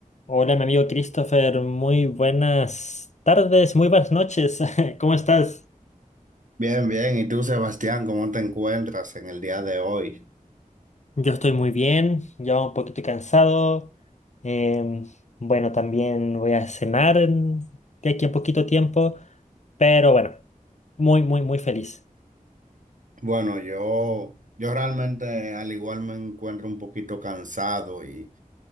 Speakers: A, on the left (about 55°); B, on the right (about 65°).
A: Hola, mi amigo Christopher, muy buenas tardes, muy buenas noches. <laughs> ¿Cómo estás?
B: Bien, bien. ¿Y tú, Sebastián, cómo te encuentras en el día de hoy?
A: Yo estoy muy bien, ya un poquito cansado. em, bueno, también voy a cenar en- de aquí a poquito tiempo, pero bueno, muy, muy, muy feliz.
B: Bueno, yo, yo realmente al igual me encuentro un poquito cansado y,